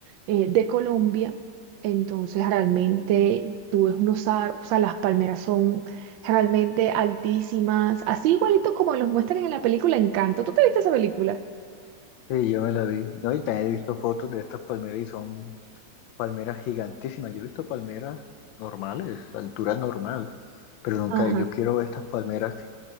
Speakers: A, on the right (about 85°); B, on the left (about 90°).
A: eh, de Colombia. Entonces realmente tú ves unos árboles, o sea, las palmeras son realmente altísimas, así igualito como los muestran en la película Encanto. ¿Tú te viste esa película?
B: Sí, yo me la vi. No, y también he visto fotos de estas palmeras y son palmeras gigantísimas. Yo he visto palmeras normales, altura normal, pero nunca,
A: Ajá.
B: yo quiero ver estas palmeras